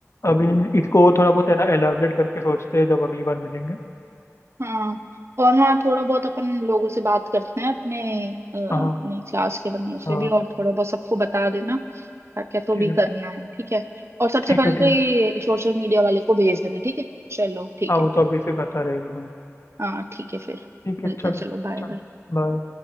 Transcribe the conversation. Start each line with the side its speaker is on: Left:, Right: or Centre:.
Left: अभी इसको थोड़ा बहुत है ना एलाबरेट करके सोचते हैं जब अगली बार मिलेंगे
Right: हाँ और हाँ थोड़ा बहुत अपन लोगों से बात करते हैं अपने अ, अपने
Left: हाँ
Right: क्लास के बंदों से
Left: हाँ
Right: भी और थोड़ा बहुत सबको बता देना क्या क्या तो
Left: ठीक
Right: भी
Left: है
Right: करना है ठीक है और सबसे
Left: ठीक
Right: पहले
Left: है ठीक
Right: तो ये
Left: है
Right: सोशल मीडिया वाले को भेज देना ठीक है चलो ठीक
Left: हाँ वो
Right: है फिर
Left: तो अभी से करता रहेगा हाँ
Right: हाँ ठीक है फिर
Left: ठीक
Right: मिलते
Left: है चलो
Right: हैं चलो बाय
Left: चलो
Right: बाय
Left: बाय